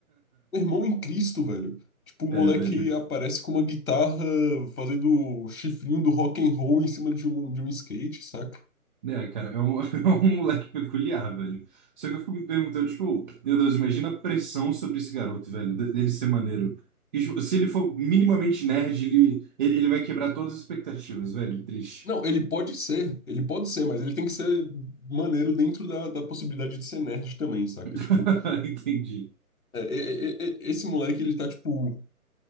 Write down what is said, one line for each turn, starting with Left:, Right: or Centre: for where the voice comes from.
Left: meu Irmão em Cristo, velho. Tipo, o
Right: É,
Left: moleque
Right: velho.
Left: aparece com uma guitarra fazendo o chifrinho do rock and roll em cima de um, de um skate, saca?
Right: É, cara, é um, <laughs> é um moleque peculiar, velho. Só que eu fico me perguntando, tipo, meu Deus, imagina a pressão sobre esse garoto, velho, de- dele ser maneiro. E, tipo, se ele for minimamente nerd, ele, ele, ele vai quebrar todas as expectativas, velho. Triste.
Left: Não, ele pode ser, ele pode ser, mas ele tem que ser maneiro dentro da, da possibilidade de ser nerd também, saca?
Right: <laughs>
Left: Tipo,
Right: Entendi.
Left: é, é, é, é, esse moleque, ele tá, tipo,